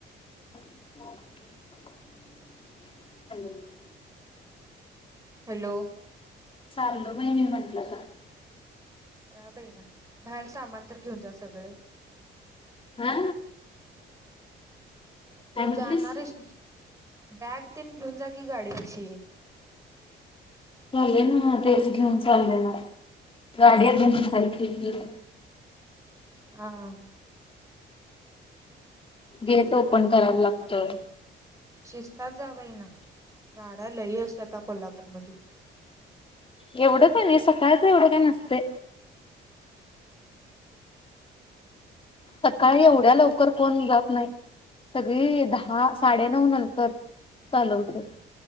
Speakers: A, on the left; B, on the right.
A: <unintelligible>
B: हॅलो
A: चाल्लो वहिणी म्हंटल आता.
B: जा बाई ना बाहेर सामान तर घेऊन जा सगळं.
A: हा काय
B: तू
A: म्हटलीस
B: जाणार आहेस? बॅग तेन घेऊन जा की गाडी पशी.
A: चालले नवं तेच घेऊन चालले ना. गाडी अजून पुसायची आहे मी.
B: हा
A: गेट ओपन करायला लागतोय.
B: शिस्तात जा बाई ना गाड्या लई असतात कोल्हापूर मध्ये.
A: एवढं काही नाही सकाळी तेवढं काय नसतय. सकाळी एवढ्या लवकर कोण जात नाही. सगळे दहा साडेनऊ नंतर, चालू होतय.